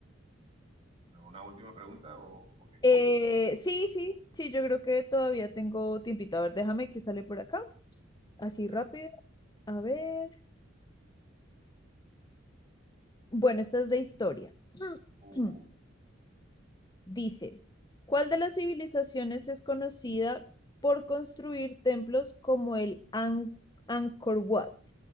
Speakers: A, on the right; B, on the left.
A: ¿Una última pregunta o, o qué?
B: Eh, sí, sí, sí, yo creo que todavía tengo tiempito. A ver, déjame que sale por acá, así
A: Bueno,
B: rápido. A ver. Bueno, esta es de historia. <clears throat>
A: uh,
B: Dice, ¿cuál de las civilizaciones es conocida por construir templos como el An- Angkor Wat?